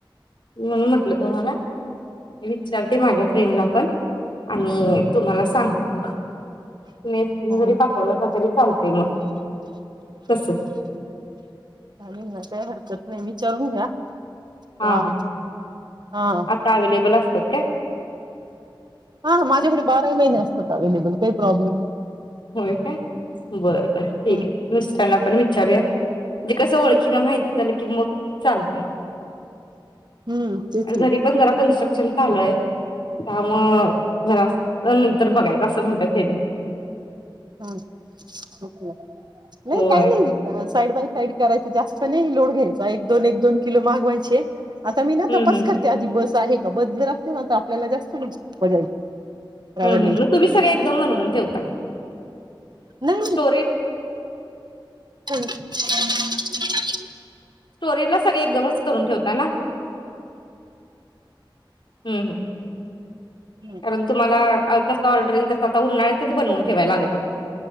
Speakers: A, on the left; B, on the right.
A: म्हणून म्हटलं लं तुम्हाला मी विचारते माझ्या फ्रेंडला पण आणि तुम्हाला सांगते मग तुम्ही तु
B: हो,
A: जरी पाठवलं असा तरी चालतय मग तस
B: चालेल ना, काही हरकत नाही विचारून घ्या
A: हा
B: वाह!
A: हा
B: हां.
A: आता अवेलेबल अस तत काय
B: हा माझ्याकडे बारा महिने असतात अवे्हेलेबल काही प्रॉब्लेम नाही
A: होय काय बर, बर ठीक
B: हं,
A: आहे मिस्टरांना पण विचारूया म्हणजे कस ओळखीन माहिती झालं की मग चालतय
B: हं. तेच
A: आणि घरी
B: ना.
A: पण जरा कन्स्टक् पण चालू आहे त्यामुळ घरा नंतर बघायच असं म्हणतात हेनी
B: हम् क नाही
A: होय
B: काही नाही साईड बाय साईड करायच जास्त नाही लोड घ्यायचा एक दोन एक दोन किलो मागवायचे आता मी ना
A: हम्म
B: तपास
A: हम्म
B: करते आधी बस आहे का बद जर असते ना तर आपल्याला जास्त सोपं जाईल ट्रॅव्हलिंग
A: हुं, हुं मग तुम्ही सगळे एकदम मनमुन ठेवता
B: नाही
A: स्टोरेज
B: <inaudible>
A: स्टोरीला सगळे एकदमच करून ठेवता ना? ह, ह
B: नाही
A: कारण तुम्हाला कस ऑर्डर आता उन्हाळ्यातच बनवून ठेवाय लाग